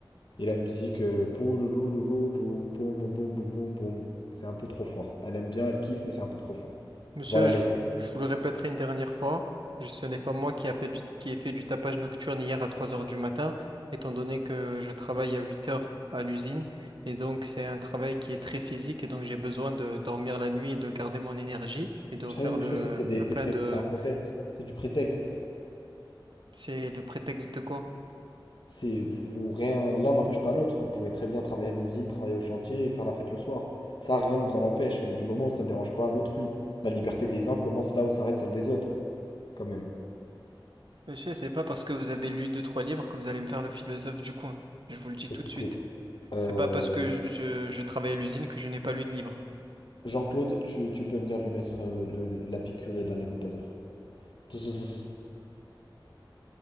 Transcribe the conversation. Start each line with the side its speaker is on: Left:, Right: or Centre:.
Left: et la musique, euh, pouloulou, louloulou, boum, boum, boum, boum, boum, boum. c'est un peu trop fort. Elle aime bien, elle kiffe, mais c'est un peu trop fort.
Right: Monsieur,
Left: Voilà les
Right: je vous,
Left: clés.
Right: je vous le répéterai une dernière fois, je- ce n'est pas moi qui a fait du, qui ai fait du tapage nocturne hier à 3 heures du matin, étant donné que je travaille à 8 heures à l'usine, et donc c'est un travail qui est très physique, et donc j'ai besoin de dormir la nuit et de garder mon énergie, et de
Left: Vous
Right: faire
Left: savez, monsieur,
Right: le,
Left: ça c'est des,
Right: le
Left: des
Right: plein
Left: prét-
Right: de...
Left: c'est un contexte, c'est du prétexte.
Right: C'est le prétexte de quoi?
Left: C'est vous rien, l'un n'empêche pas l'autre. Vous pouvez très bien travailler à l'usine, travailler au chantier et faire la fête le soir. Ça, rien ne vous en empêche, mais du moment où ça ne dérange pas l'autrui, la liberté des uns commence là où s'arrête celle des autres, quand même.
Right: Monsieur, c'est pas parce que vous avez lu deux, trois livres que vous allez me faire le philosophe du coin. Je vous le dis
Left: Écoutez,
Right: tout de suite.
Left: euh,
Right: C'est pas parce que je, je- je travaille à l'usine que je n'ai pas lu de livres.
Left: Jean-Claude, tu, tu peux venir lui mettre euh, le- la piqûre et le coup taser. <laughs>